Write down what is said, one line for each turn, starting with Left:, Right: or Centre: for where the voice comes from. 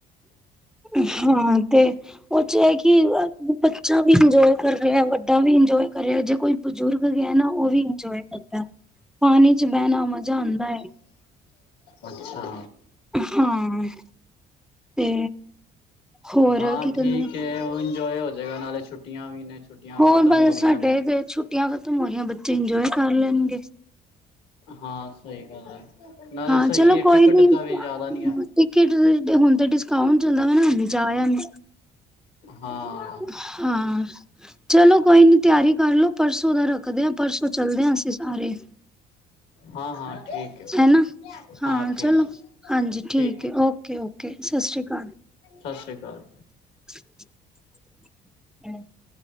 Centre: ਹਾਂ ਤੇ ਓ ਚ ਏਹ ਕੀ ਬੱਚਾ ਵੀ ਇੰਜੋਏ ਕਰ ਰਿਆ ਵੱਡਾ ਵੀ ਇੰਜੋਏ ਕਰ ਰਿਆ ਜੇ ਕੋਈ ਬਜ਼ੁਰਗ ਗੇਆ ਨਾ ਓ ਵੀ ਇੰਜੋਏ ਕਰਦਾ। ਪਾਨੀ ਚ ਬੈਨਾ ਮਜ਼ਾ ਆਂਦਾ ਐ।
Left: ਅੱਛਾ।
Centre: ਹਾਂ, ਤੇ ਹੋਰ
Left: ਹਾਂ
Centre: ਕੀ ਕਹਿੰਦੇ
Left: ਠੀਕ
Centre: ਨੇ
Left: ਏ, ਉਹ ਇੰਜੋਏ ਹੋਜੇਗਾ ਨਾਲੇ ਛੁੱਟੀਆਂ ਵੀ ਨੇ। ਛੁੱਟੀਆਂ
Centre: ਹੋਰ,
Left: ਵੀ ਖਤਮ
Centre: ਬਸ
Left: ਹੋ ਰਹੀਆਂ
Centre: ਸਾਡੇ
Left: ਨੇ
Centre: ਤੇ ਛੁੱਟੀਆਂ ਖ਼ਤਮ ਹੋ ਰਹੀਆਂ, ਬੱਚੇ ਇੰਜੋਏ ਕਰ ਲੈਣਗੇ।
Left: ਹਾਂ, ਸਹੀ ਗੱਲ ਐ ਨਾਲੇ
Centre: ਹਾਂ
Left: ਸਹੀ
Centre: ਚਲੋ
Left: ਏ,
Centre: ਕੋਈ
Left: ਟਿਕਟ
Centre: ਨੀ
Left: ਦਾ ਵੀ ਜਿਆਦਾ ਨੀ ਆ।
Centre: ਟਿਕਟ ਤੇ ਹੁਣ ਤਾਂ ਡਿਸਕਾੰਊਂਟ ਹੁੰਦਾ ਨਾ, ਜਾਇਆ ਨੀ
Left: ਹਾਂ
Centre: ਹਾਂ, ਚਲੋ ਕੋਈ ਨੀ ਤਿਆਰੀ ਕਰਲੋ। ਪਰਸੋਂ ਦਾ ਰੱਖਦੇ ਆਂ, ਪਰਸੋਂ ਚੱਲਦੇ ਆਂ ਅਸੀਂ ਸਾਰੇ।
Left: ਹਾਂ-ਹਾਂ, ਠੀ ਠੀਕ ਏ,
Centre: ਹੈਨਾ
Left: ਹਾਂ ਠੀਕ
Centre: ਚਲੋ
Left: ਏ,
Centre: ਹਾਂਜੀ
Left: ਠੀਕ ਏ।
Centre: ਹੈ ਓਕੇ ਓਕੇ ਸਤਿ ਸ਼੍ਰੀ ਅਕਾਲ
Left: ਸਤਿ ਸ਼੍ਰੀ ਅਕਾਲ।
Centre: <unintelligible> <unintelligible>